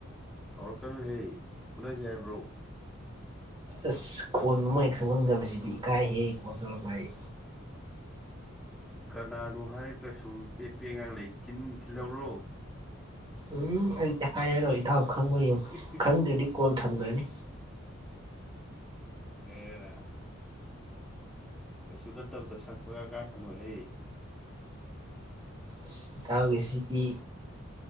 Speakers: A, in the centre; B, on the right.
A: ꯍꯧꯔꯛꯀꯥꯅꯨꯍꯦ ꯐꯨꯅꯥꯖꯤ ꯍꯥꯏꯕ꯭ꯔꯣ
B: ꯑꯁ ꯈꯣꯟ <unintelligible> ꯈꯪꯉꯝꯗꯕꯁꯤꯗꯤ ꯏꯀꯥꯏ ꯍꯦ ꯀꯣꯜ ꯇꯧꯔꯛꯄ ꯑꯩ
A: ꯀꯅꯥꯅꯣ ꯍꯥꯏꯔꯒ ꯁꯨꯝ ꯄꯦꯠꯄꯦ ꯉꯥꯡꯂꯩ ꯀꯤꯟ ꯊꯤꯜꯂꯧꯔꯣ
B: ꯎꯝ ꯑꯩꯗꯤ ꯍꯥꯏꯔꯔꯣꯏ ꯏꯊꯥꯎ ꯈꯪꯕ ꯌꯦꯡꯉꯨ
A: <unintelligible>
B: ꯈꯪꯗ꯭ꯔꯥꯗꯤ ꯀꯣꯜ ꯊꯝꯒ꯭ꯔꯥꯅꯤ
A: ꯑꯦꯔꯥ ꯀꯩꯁꯨ ꯅꯠꯇꯕꯗ ꯁꯛ ꯄꯪꯀꯥꯛ ꯀꯥꯛꯀꯥꯅꯨꯍꯦ
B: ꯏꯁ ꯏꯇꯥꯎ ꯒꯤꯁꯤꯗꯤ